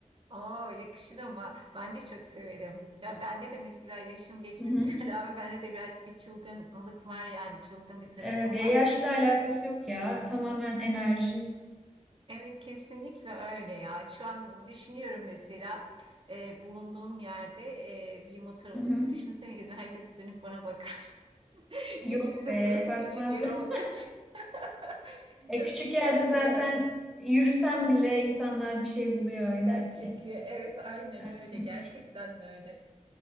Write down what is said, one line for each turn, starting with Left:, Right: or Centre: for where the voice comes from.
Right: Oo, yakışır ama ben de çok severim. Ya bende de mesela yaşım geçmesine
Centre: Hı hı.
Right: <laughs> rağmen bende de birazcık bir çılgınlık var yani çılgın bir tarafım
Centre: Evet, ya
Right: var.
Centre: yaşla alakası yok ya. Tamamen enerji.
Right: Evet kesinlikle öyle ya. Şu an düşünüyorum mesela e, bulunduğum yerde e, bir motor alıp
Centre: Hı hı.
Right: düşünsene gidin herkes dönüp bana bak. <laughs>
Centre: Yok
Right: Çünkü bizim
Centre: be,
Right: burası
Centre: bakmazlar.
Right: küçük yer olduğu
Centre: <laughs>
Right: için. <laughs>
Centre: E,
Right: Çok
Centre: küçük
Right: dikkat
Centre: yerde zaten
Right: çeker.
Centre: yürüsen bile insanlar bir şey buluyor
Right: Dikkat
Centre: inan
Right: çekiyor.
Centre: ki.
Right: Evet aynen
Centre: Aynen.
Right: öyle. Gerçekten de öyle.